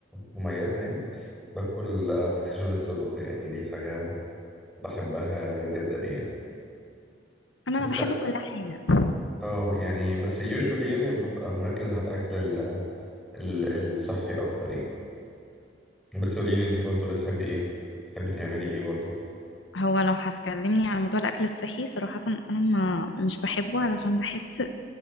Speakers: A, in the centre; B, on the left.
A: مميزة يعني باكل فسيخ بالسجق يعني دي حاجة بحبها جدا يعني
B: انا
A: بس
B: أنا بحب كل حاجه
A: اه يعني بس usually يعني ببقى مركز على الأكل ال... ال... الصحي أكتر يعني بس قوليلي انتي برضو بتحبي ايه؟ بتحبي تعملي ايه برضو؟
B: هو لو هتكلمني على موضوع الاكل الصحي صراحه انا ما مش بحبه علشان بحس